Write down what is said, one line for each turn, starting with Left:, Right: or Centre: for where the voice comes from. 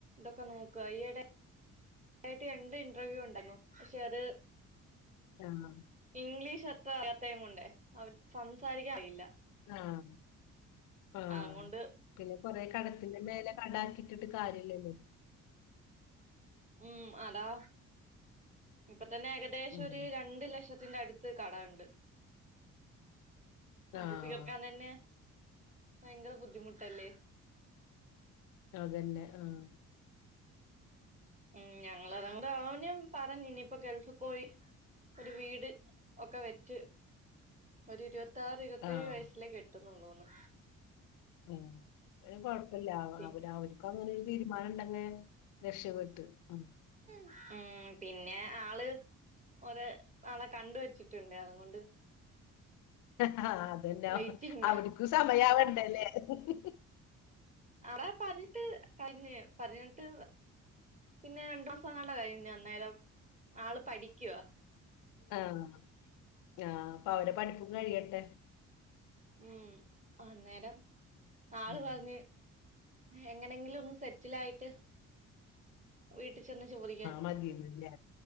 Right: തൊക്കെ നോക്കാ ഈ ഇടെ ആയിട്ട് രണ്ട് ഇന്റർവ്യൂ ഉണ്ടായിന്നു പക്ഷെ അത്
Left: ആഹ്.
Right: ഇംഗ്ലീഷ് അത്ര അറിയാത്തെ കൊണ്ട് അവൻ സംസാരിക്കാനറിയില്ല.
Left: ആഹ് ആഹ്.
Right: അതുകൊണ്ട്
Left: പിന്നെ കൊറെ കടത്തിന്റെ മേലെ കടാക്കിയിട്ട്ട്ട് കാര്യല്ലല്ലോ.
Right: ഉം അതാ ഇപ്പൊ തന്നെ ഏകദേശം
Left: ഉം
Right: ഒരു രണ്ടു ലക്ഷത്തിന്റെ അടുത്ത് കടം ഉണ്ട്. അത്
Left: ആഹ്
Right: തീർക്കാൻ തന്നെ ഭയങ്കര ബുദ്ധിമുട്ടല്ലേ?
Left: അതന്നെ ആഹ്.
Right: ഉം ഞങ്ങ <unintelligible> പറഞ്ഞു ഇനിയിപ്പോ ഗൾഫ് പോയി ഒരു വീട് ഒക്കെ വെച്ച് ഒരു ഇരുവത്താആറ് ഇരുവത്തേഴ്
Left: ആഹ്
Right: വയസ്സിലേ കെട്ടുന്നുള്ളൂന്ന്.
Left: മ്മ്ഹ്, കൊഴപ്പില്ല അവ
Right: പി
Left: അവ അവര്ക്ക അങ്ങനെ ഒരു തീരുമാനം ഉണ്ടെങ്കി രക്ഷപ്പെട്ടു. ഉം
Right: ഉം പിന്നെ ആള് ഒര് ആളെ കണ്ട് വെച്ചിട്ടുണ്ട് അതുകൊണ്ട്
Left: ഹ് ഹ് അതന്നെ
Right: വെയിറ്റിംഗില
Left: ഹ് ഹ് അവിടിക്ക് സമയാവണ്ടല്ലേ ഹ് ഹ്.
Right: അവളേ പതിനട്ട് കഴിഞ്ഞ് പതിനട്ട് പിന്നെ രണ്ടു മാസംങ്ങാണ്ട് കഴിഞ്ഞ് അന്നേരം ആള് പഠിക്കുവാ.
Left: ആഹ് ആഹ് അപ്പൊ അവരെ പഠിപ്പും കഴിയട്ടെ.
Right: ഉം, അന്നേരം ആള്
Left: ഉം
Right: പറഞ്ഞ് എങ്ങനെങ്കിലും ഒന്ന് സെറ്റില് ആയിട്ട് വീട്ടിൽ ചെന്ന് ചോദിക്കാൻ.
Left: മതീനല്ലേ.